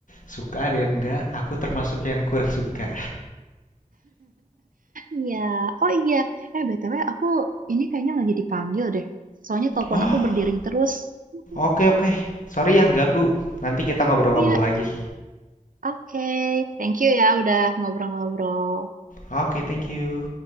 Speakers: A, on the left; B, on the right.
A: Suka ada yang enggak, aku termasuk yang kurang suka.
B: Iya, oh iya. Eh BTW aku ini kayaknya lagi dipanggil deh. Soalnya telepon
A: Oh,
B: aku berdering terus. Mm-mm.
A: oke oke. Sorry ya ganggu. Nanti kita ngobrol-ngobrol
B: Iya,
A: lagi.
B: oke. Thank you ya udah ngobrol-ngobrol.
A: Oke, thank you.